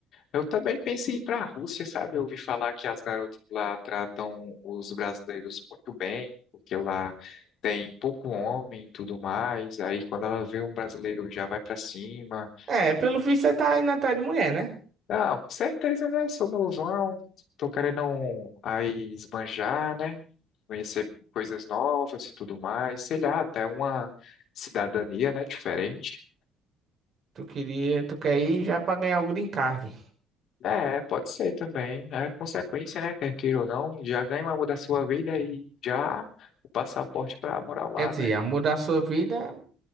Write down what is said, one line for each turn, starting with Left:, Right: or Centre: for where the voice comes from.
Left: Eu também pensei em ir pra Rússia, sabe? Eu ouvi falar que as garotas lá tratam os brasileiros muito bem, porque lá tem pouco homem e tudo mais. Aí quando ela vê um brasileiro já vai para cima.
Right: É, pelo visto você tá indo atrás de mulher, né?
Left: Não, com certeza, né? Sou novão, tô querendo um- aí esbanjar, né? Conhecer coisas novas e tudo mais, sei lá, até uma cidadania, né, diferente.
Right: Tu queria, tu quer ir já pra ganhar o green card.
Left: É, pode ser também, é consequência, né, quer queira ou não, já ganha uma da sua vida e já o passaporte para morar lá,
Right: Quer dizer,
Left: né?
Right: a mudar a sua vida